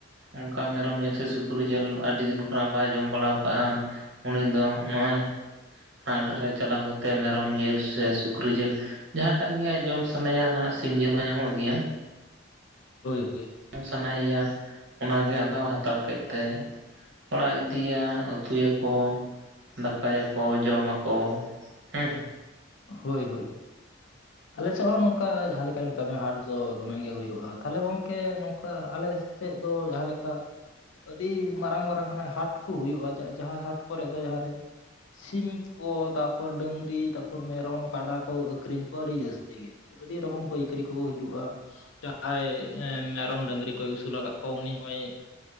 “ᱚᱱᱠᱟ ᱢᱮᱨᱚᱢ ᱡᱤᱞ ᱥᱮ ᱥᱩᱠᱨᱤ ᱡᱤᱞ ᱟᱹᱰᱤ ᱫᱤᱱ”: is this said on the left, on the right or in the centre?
Right